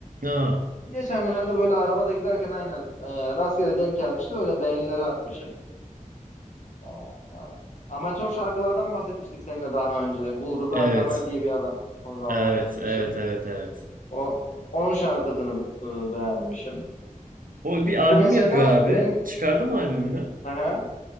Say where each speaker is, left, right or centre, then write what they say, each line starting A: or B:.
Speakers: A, on the right; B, on the left.
A: Aa,
B: Geçenlerde böyle arabada giderken aynen e, rastgele denk gelmişti. Öyle beğenileri atmışım. Aa, Amatör şarkılardan bahsetmiştik seninle daha önce. Bu Rıza
A: evet.
B: Tamer diye bir adam son zamanlarda
A: Evet,
B: biliyorsun.
A: evet, evet, evet.
B: O onun şarkısını e, beğenmişim.
A: O bir
B: İşte
A: albüm
B: mesela
A: yapıyor abi.
B: on
A: Çıkardı mı albümünü?
B: Aha.